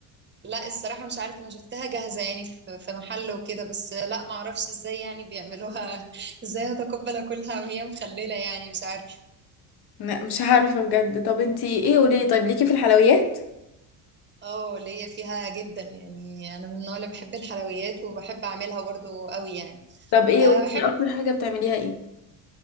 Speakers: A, on the right; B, on the left.
A: لا الصراحة مش عارفة انا شفتها جاهزة يعني في في محل وكده بس لا ما اعرفش ازاي يعني بيعملوها <laughs> ازاي هتقبل اكلها وهي مخللة يعني مش عارفة
B: لا مش عارفة بجد طب انتي ايه قوليلي طيب ليكي في الحلويات؟
A: اه ليا فيها جدا يعني انا من النوع اللي بحب الحلويات وبحب اعملها برضو قوي يعني
B: طب ايه
A: أه
B: قوليلي
A: بحب
B: اكتر حاجة بتعمليها ايه؟